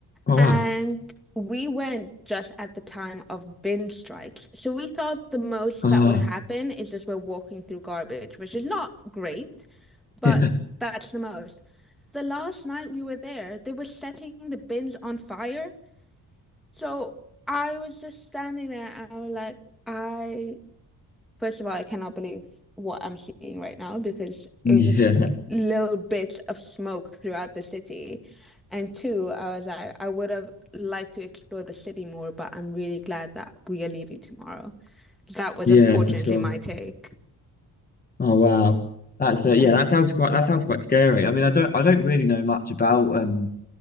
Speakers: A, on the left; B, in the centre.
A: Oh
B: And
A: wow.
B: we went just at the time of bin strikes. So we thought the most
A: Oh
B: that would happen is just we're walking through garbage, which is not great, but
A: yeah, <laughs>
B: that's the most. The last night we were there, they were setting the bins on fire. So I was just standing there and I was like, I, first of all, I cannot believe what I'm seeing right now because
A: yeah,
B: it was just little bits of smoke throughout the city. And two, I was like, I would have liked to explore the city more, but I'm really glad that we are leaving tomorrow. That was
A: yeah,
B: unfortunately
A: for sure.
B: my take.
A: Oh wow. That's uh, yeah,
B: I,
A: that sounds quite that sounds quite scary. I mean, I don't I don't really know much about um